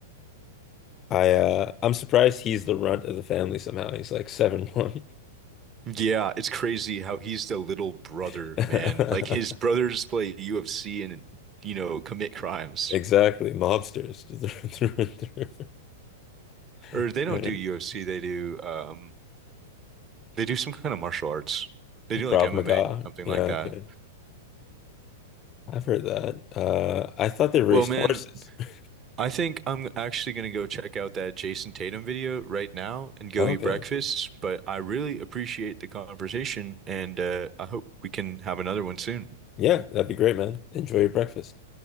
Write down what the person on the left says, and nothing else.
I uh, I'm surprised he's the runt of the family somehow. He's like seven one.
<laughs>
Exactly, mobsters <laughs> through and through.
I
don't-
Krav
Maga.
Yeah,
okay. I've heard that. Uh, I thought they raced
horses. <laughs>
Okay.
Yeah, that'd be great, man. Enjoy your breakfast.